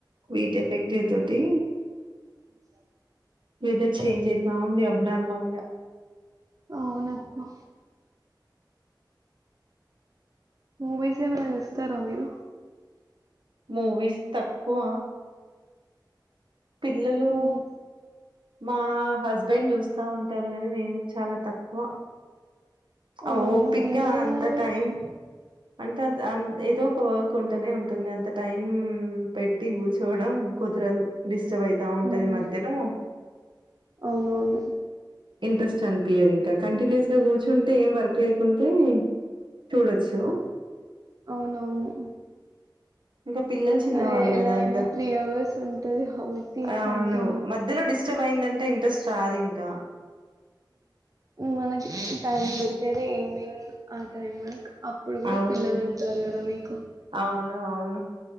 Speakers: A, on the right; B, on the right.
A: వీటి ఎఫెక్టివ్ తోటి
B: <inaudible>
A: వెదర్ చేంజ్ అయితా ఉంది అబ్ నార్మల్ గా
B: అవునక్కా మూవీస్ ఏమైనా చూస్తారా మీరు
A: మూవీస్ తక్కువ పిల్లలు
B: హ్మ్.
A: మా హస్బెండ్ చూస్తా ఉంటారు గాని నేను చాలా తక్కువ
B: అవునా!
A: ఓ పిగ్గా
B: ఎందుకు
A: అంత
B: మరలా?
A: టైమ్ అంటే అ ఏదో ఒక వర్క్ ఉంటేనే ఉంటుంది అంత టైం పెట్టి కూర్చోవడం కుదరదు డిస్టర్బ్ అయితా ఉంటది
B: హ్మ్.
A: మధ్యాహ్నం
B: అవునవును
A: ఇంట్రెస్ట్ అనిపించదు ఇంకా కంటిన్యూస్ గా కూర్చుంటే ఏం వర్క్ లేకుంటే చూడొచ్చు
B: అవునవును
A: ఇంకా పిల్లలు చిన్నవాళ్ళు
B: అదే ఎలా
A: కదా
B: అయినా
A: ఇంకా
B: అవర్స్ ఉంటది కాబట్టి
A: అ
B: కంటిన్యూ.
A: అవును మధ్యలో డిస్ ఇష్ట అయిందంటే ఇంట్రెస్ట్ రాదు ఇంకా
B: మనకి టైం దొరికేదే ఈవినింగ్ ఆ టైమ్ అప్పుడు కూడా
A: అవును
B: పిల్లలు ఉంటారు కదా మీకు
A: అవును అవును